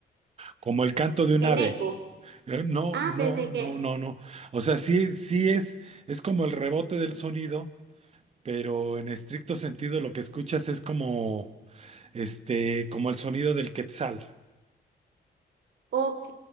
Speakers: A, on the right; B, on the right.
A: como el canto de un
B: El
A: ave.
B: eco.
A: Eh, No,
B: Ah,
A: no,
B: pensé
A: no,
B: que,
A: no, no. O sea, sí, sí es, es como el rebote del sonido, pero en estricto sentido lo que escuchas es como este, como el sonido del quetzal.
B: ok.